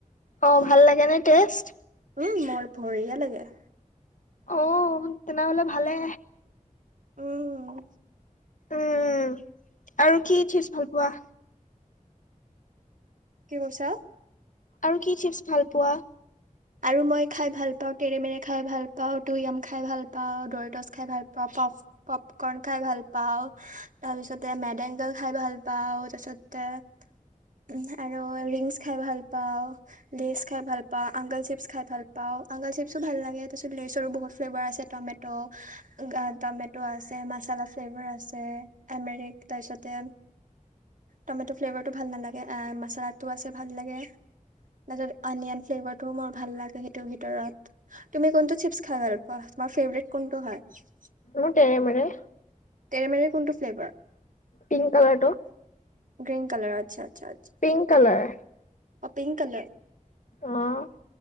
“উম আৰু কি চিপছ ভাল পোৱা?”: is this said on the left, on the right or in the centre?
Left